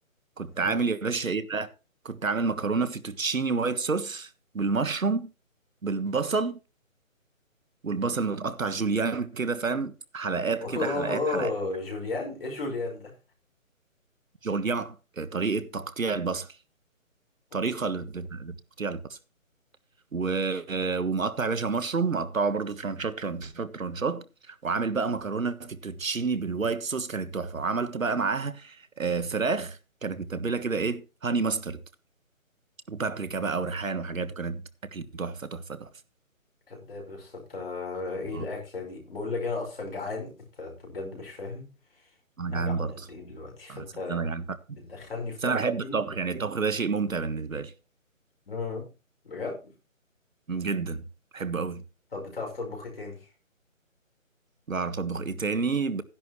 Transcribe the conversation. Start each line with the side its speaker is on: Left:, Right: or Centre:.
Right: كنت
Left: آه.
Right: عامل يا باشا ايه بقى كنت عامل مكرونه فيتوتشيني وايت صوص بالمشروم بالبصل والبصل متقطع جوليان كده فاهم حلقات
Left: اوه
Right: كده حلقات حلقات
Left: جوليان ايه جوليان ده
Right: جوليان آه، طريقه تقطيع البصل
Left: اوكي
Right: طريقه لت- لتقطيع البصل و... ومقطع يا باشا مشروم مقطعه برضو ترانشات ترانشات ترانشات وعامل بقى مكرونه فيتوتشيني بالوايت صوص كانت تحفه وعملت بقى معاها آه، فراخ كانت متبله كده ايه هاني ماسترد وبابريكا بقى وريحان وحاجات وكانت اكل تحفه تحفه تحفه
Left: كذاب يا اسطى انت ايه
Right: آه،
Left: الاكله دي بقول لك انا اصلا جعان انت انت بجد مش فاهم
Right: انا
Left: انا
Right: جعان
Left: جعان
Right: برضه
Left: قد ايه دلوقتي فانت
Right: انا صدق انا جعان
Left: بتدخلني في
Right: بس
Left: تفاصيل
Right: انا بحب الطبخ يعني الطبخ ده شيء ممتع بالنسبه لي
Left: مم. بجد
Right: جدا بحبه قوي
Left: طب بتعرف تطبخ ايه تاني
Right: بعرف اطبخ ايه تاني ب...